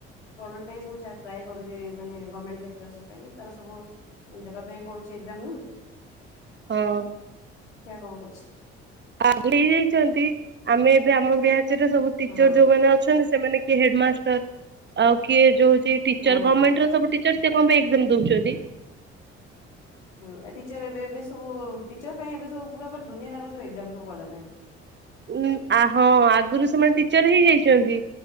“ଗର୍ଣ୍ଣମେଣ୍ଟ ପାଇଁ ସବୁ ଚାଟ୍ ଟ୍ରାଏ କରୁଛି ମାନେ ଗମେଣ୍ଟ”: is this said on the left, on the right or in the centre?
Left